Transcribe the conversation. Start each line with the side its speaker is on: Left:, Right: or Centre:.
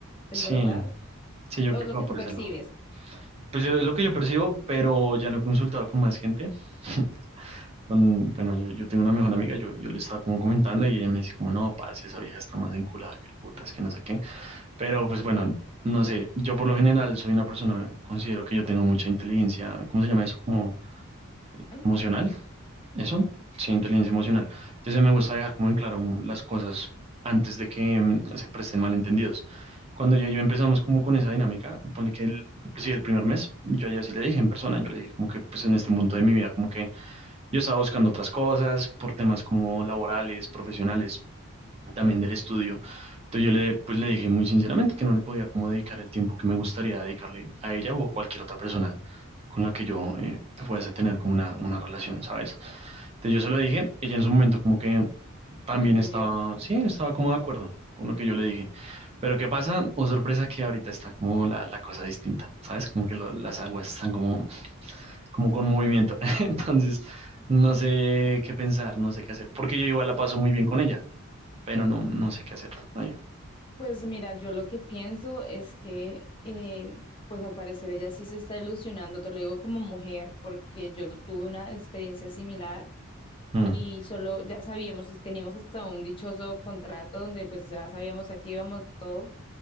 Left: ¿Es
Right: sí.
Left: verdad?
Right: Sí, yo
Left: ¿O
Right: creo
Left: es lo
Right: que
Left: que
Right: va por
Left: tú percibes?
Right: ese lado. Pues yo, es lo que yo percibo, pero ya lo he consultado con más gente. <laughs> Con, bueno, yo, yo tengo una mejor amiga, yo, yo le estaba como comentando y ella me dice como, no, parce, esa vieja está más enculada que el puta, es que no sé qué. Pero pues bueno, no sé, yo por lo general soy una persona, considero que yo tengo mucha inteligencia, ¿cómo se llama eso? Como
Left: ¿no?
Right: emocional. Eso, sí, inteligencia emocional. Entonces me gusta dejar como en claro mm, las cosas antes de que mm, se presten malentendidos. Cuando ya yo empezamos como con esa dinámica, ponle que el, inclusive el primer mes, yo ya sí le dije en persona, yo le dije como que pues en este punto de mi vida, como que yo estaba buscando otras cosas por temas como laborales, profesionales, también del estudio. Entonces yo le, pues le dije muy sinceramente que no le podía como dedicar el tiempo que me gustaría dedicarle a ella o a cualquier otra persona con la que yo eh, fuese a tener como una, una relación, ¿sabes? Entonces yo se lo dije, ella en su momento como que también
Left: ¿Lo entendió?
Right: estaba, sí, estaba como de acuerdo con lo que yo le dije. Pero ¿qué pasa? O sorpresa que ahorita está como la, la cosa distinta, ¿sabes? Como que lo- las aguas están como, como con movimiento. <laughs> Entonces, no sé qué pensar, no sé qué hacer, porque yo igual la paso muy bien con ella pero no, no sé qué hacer ahí.
Left: Pues mira, yo lo que pienso es que, eh, pues al parecer ella sí se está ilusionando, te lo digo como mujer, porque yo tuve una experiencia similar
Right: Mm,
Left: y solo ya sabíamos y teníamos hasta un dichoso contrato donde pues ya sabíamos a qué íbamos todo